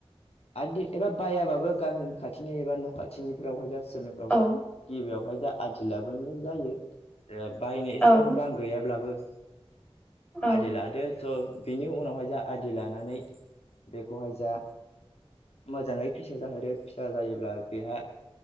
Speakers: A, on the left; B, on the left.
A: आदि एबा बयबाबो गामि खाथिनि एबा न' खाथिनिफ्रावहाय जास सोरनिफ्रावबा
B: औ
A: गिबियावहाय जा आदि लाबोनाय जायो ओ बायनो
B: औ
A: एसेबां रां गैयाब्लाबो
B: औ
A: आदि लादो स' बेनि उनावहाय जा आदि लानानै बेखौहाय जा मोजाङै फिसा जाहोदो फिसा जायोब्ला बेहा